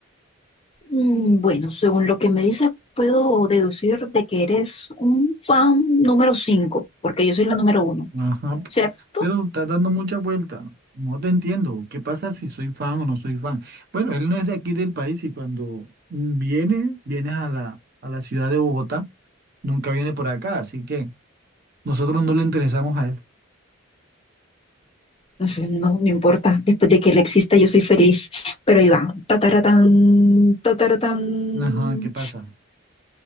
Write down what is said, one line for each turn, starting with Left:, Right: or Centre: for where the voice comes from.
Left: Mm, Bueno, según lo que me dices, puedo deducir de que eres un fan número 5 porque yo soy la número uno,
Right: Ajá,
Left: ¿cierto?
Right: pero estás dando mucha vuelta. No te entiendo. ¿Qué pasa si soy fan o no soy fan? Bueno, él no es de aquí del país y cuando mm, viene, vienes a la, a la ciudad de Bogotá, nunca viene por acá, así que nosotros no le interesamos a él.
Left: Entonces, No, me importa, después de que él exista yo soy feliz, pero ahí va, tataratán, tataratán.
Right: Ajá, ¿qué pasa?